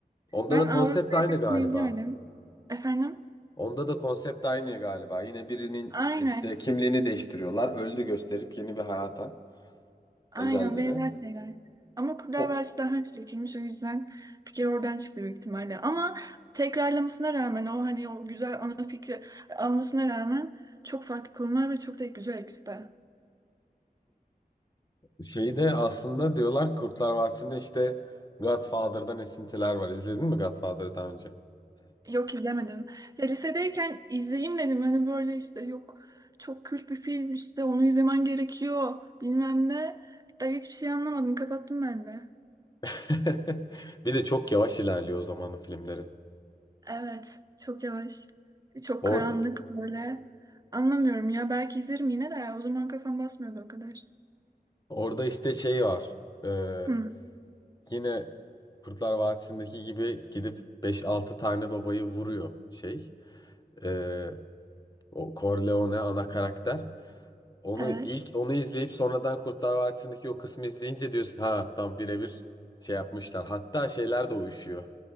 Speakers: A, on the left; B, on the right.
A: Onda
B: Ben
A: da konsept
B: Avrupa
A: aynı
B: Yakası'nı
A: galiba.
B: izlemedim. Efendim?
A: Onda da konsept aynı galiba. Yine birinin
B: Aynen.
A: işte kimliğini değiştiriyorlar. Öldü gösterip yeni bir hayata. Ezel'de
B: Aynen benzer
A: de.
B: şeyler. Ama Kurtlar
A: O
B: Vadisi daha önce çekilmiş o yüzden fikir oradan çıktı büyük ihtimalle. Ama tekrarlamasına rağmen o hani o güzel ana fikri almasına rağmen çok farklı konular ve çok da güzel ikisi de.
A: şeyi de aslında diyorlar ki Kurtlar Vadisi'nde işte Godfather'dan esintiler var. İzledin mi Godfather'ı daha önce?
B: Yok izlemedim. Ya lisedeyken izleyeyim dedim. Hani böyle işte yok çok kült bir film işte onu izlemen gerekiyor bilmem ne. Da hiçbir şey anlamadım. Kapattım ben de.
A: <laughs> Bir de çok yavaş ilerliyor o zamanın filmleri.
B: Evet, çok yavaş, çok
A: Orada,
B: karanlık böyle. Anlamıyorum ya. Belki izlerim yine de. O zaman kafam basmıyordu o kadar.
A: orada işte şey var. Ee,
B: Hı,
A: yine Kurtlar Vadisi'ndeki gibi gidip beş altı tane babayı vuruyor şey. Ee, o Corleone ana karakter. Onu
B: evet.
A: ilk onu izleyip sonradan Kurtlar Vadisi'ndeki o kısmı izleyince diyorsun ha tam birebir şey yapmışlar. Hatta şeyler de uyuşuyor.